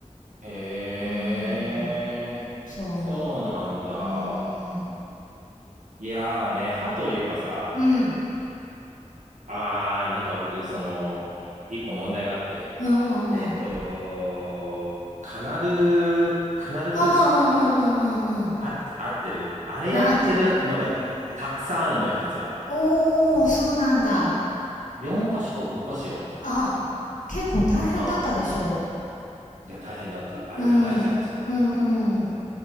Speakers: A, on the right; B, on the left.
A: へえ、
B: うーん。そ
A: そうなんだ。
B: う。うーん。
A: いやーね、歯といえばさ、
B: うん。
A: あー、なんか僕、その、い一個問題があって、
B: うんうんうん。
A: えっと、
B: あ
A: カナル、カナルトゥースだっけ
B: あ、うんうんうんうんうん。
A: あって、合ってるあれやってるのがたくさんあるのよ、
B: あ、合ってる。うーん
A: 実は。
B: おー、そうなんだ。
A: 4箇所か5箇所やってんのね、
B: ああ、
A: あれ。
B: 結構大変だったでしょ
A: ああ。いや、大変だった。あれ、
B: う。うん、
A: 長いじゃん、
B: うん、
A: 治療。
B: うん、